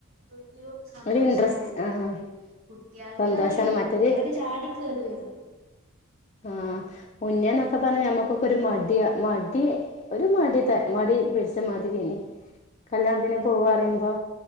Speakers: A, on the right; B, on the left.
A: ഒരു സന്തോഷാണ്
B: ഒരു ഇൻട്രസ്റ്റ്
A: എല്ലാർക്കും
B: ആഹ്
A: കുട്ടിയാ ൾക്കാണെ
B: സന്തോഷാണ് മറ്റേത്
A: കുട്ടിആളോ ക്കെ ചാടി കേറി വരും
B: ആഹ് മുന്നേന്നൊക്കെ പറഞ്ഞ നമ്മുക്കൊക്കെ ഒരു മഡ്യാ മടി ഒരു മടി ത മടി പിടിച്ച മതിരായ്നി കല്യാണത്തിന് പോവാ പറീമ്പോ